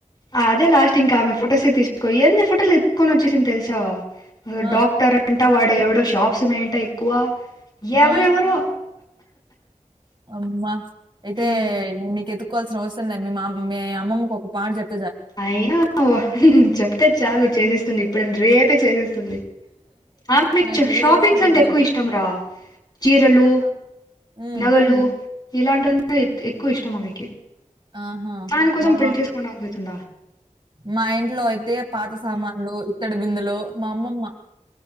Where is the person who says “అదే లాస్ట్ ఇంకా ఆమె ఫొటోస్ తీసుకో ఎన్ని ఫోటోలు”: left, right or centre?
Left